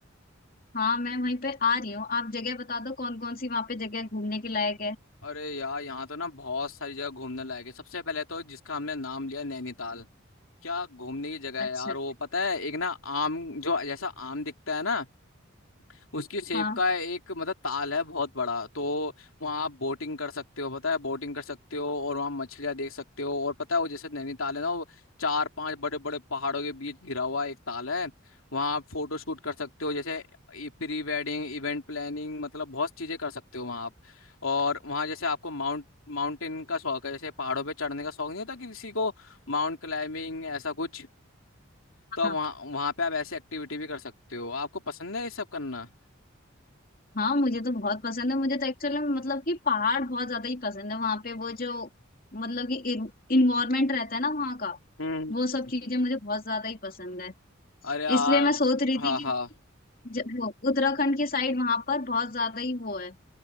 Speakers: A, on the left (about 45°); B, on the left (about 85°).
A: हाँ मैं वहीं पे आ रही हूँ आप जगह बता दो कौन कौन सी वहाँ पे जगह घूमने के लायक है
B: अरे यार यहाँ तो ना बहुत सारी जगह घूमने लायक है सबसे पहले तो जिसका हमने नाम लिया नैनीताल क्या घूमने की जगह
A: अच्छा
B: है यार वो पता है एक ना आम जो जैसा आम दिखता है ना उसकी सेव
A: हाँ
B: का एक मतलब ताल है बहुत बड़ा तो वहाँ आप बोटिंग कर सकते हो पता है बोटिंग कर सकते हो और वहाँ मछलियाँ देख सकते हो और पता है वो जैसे नैनीताल है ना वो चार पांच बड़े बड़े पहाड़ों के बीच घिरा हुआ एक ताल है वहाँ आप फोटो शूट कर सकते हो जैसे प्री वेडिंग इवेंट प्लानिंग मतलब बहुत चीजें कर सकते हो वहाँ आप और वहाँ जैसे आपको माउंट माउंटेन का शौक है जैसे पहाड़ों पे चढ़ने का शौक नहीं होता कि किसी को माउंट क्लाइंबिंग ऐसा कुछ तो
A: हाँ
B: वहाँ वहाँ पे आप ऐसी एक्टिविटी भी कर सकते हो आपको पसंद है ये सब करना
A: हाँ मुझे तो बहुत पसंद है मुझे तो एक्चुअली मतलब कि पहाड़ बहुत ज्यादा ही पसंद है वहां पे वो जो मतलब कि इन्वायरमेंट रहता है ना वहाँ का
B: हम्म
A: वो सब चीजें मुझे बहुत ज्यादा ही पसंद है
B: अरे यार
A: इसलिए मैं सोच रही
B: हाँ
A: थी
B: हाँ
A: क्योंकि ज- वो उत्तराखंड के साइड वहां पर बहुत ज्यादा ही वो है